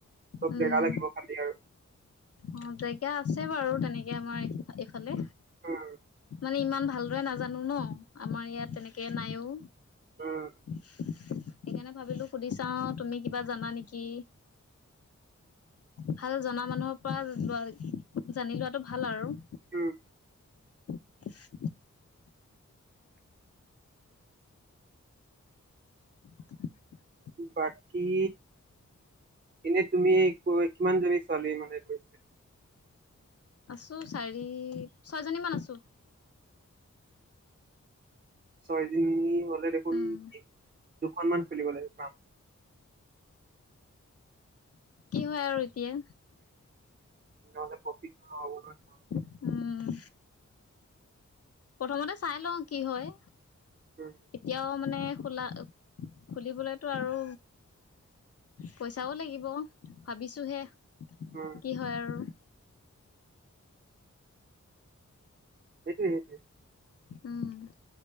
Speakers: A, on the right; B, on the left.
A: অলপ
B: উম
A: জেগা লাগিব খালি আৰু।
B: অ জেগা আছে বাৰু তেনেকে আমাৰ এইফালে
A: উম
B: মানে ইমান ভালদৰে নাজানো ন আমাৰ ইয়াত তেনেকে নাইও
A: উম,
B: সেইকাৰণে ভাবিলো সুধি চাওঁ তুমি কিবা জানা নেকি
A: <inaudible>
B: ভাল জনা মানুহৰ পৰা লোৱা জানি লোৱাটো ভাল আৰু
A: উম।
B: <inaudible> <unintelligible>
A: বাকী এনে তুমি ক কিমান জাবিছা। কালি মানে গৈ।
B: আ চাৰি ছয়জনী মান আছো।
A: ছয়দিন হলে দেখোন
B: উম,
A: দুখনমানান খুলিব লাগিব।
B: কি হয় আৰু এতিয়া
A: নহ'লে প্ৰফিট নহ'ব নহয় তোমালোকৰ।
B: উম প্ৰথমতে চাই লওঁ কি হয়।
A: উম,
B: এতিয়াও মানে খোলা খুলিবলেতো আৰু পইচাও লাগিব ভাবিছোহে
A: উম,
B: কি হয় আৰু
A: সেইটোৱেই সেইটোৱেই।
B: উম